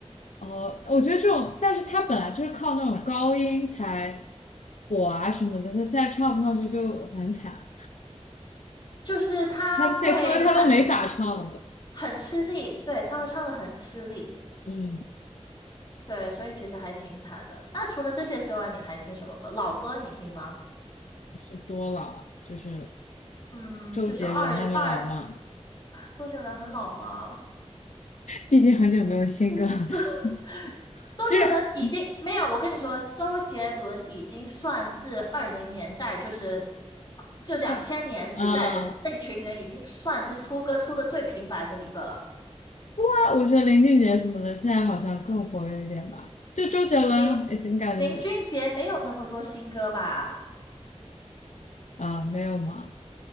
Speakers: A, on the left; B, on the left.
A: 哦，我觉得这种，但是他本来就是靠那种高音才火啊什么的，他现在唱不上去就很惨，
B: 就是他会很很
A: 他那些歌他都没法唱了都，
B: 很吃力，对，他会唱的很吃力，
A: 嗯，
B: 对，所以其实还挺惨的。那除了这些之外，你还听什么歌？老歌你听吗？
A: 是多老啊，就是
B: 嗯，
A: 周杰伦那么老吗？
B: 就是二二，周杰伦很老吗？<laughs>
A: 毕竟很久没有新歌了，
B: 是
A: <laughs>
B: 周杰伦已经没有，
A: 就是
B: 我跟你说，周杰伦已经算是二零年代，就是就两千年时代的这一群人，
A: 啊啊，
B: 已经算是出歌出的最频繁的一个了。
A: 啊我觉得林俊杰什么的现在好像更活跃一点吧，就周杰伦已经感觉
B: 林林俊杰没有那么多新歌吧？
A: 啊没有吗？